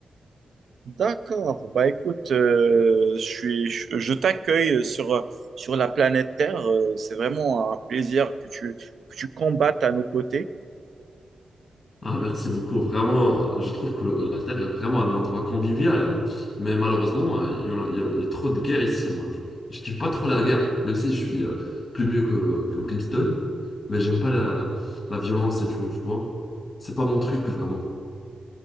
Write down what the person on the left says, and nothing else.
Ah, merci beaucoup. Vraiment, je trouve que le- la Terre est vraiment un endroit convivial. hein. Mais malheureusement, euh, il y en a, il y a- il y a trop de guerres ici. Moi. Je, je kiffe pas trop la guerre, même si je suis euh, plus mieux que, que Brimstone. Mais j'aime pas la, la violence et tout, tu vois. C'est pas mon truc, vraiment.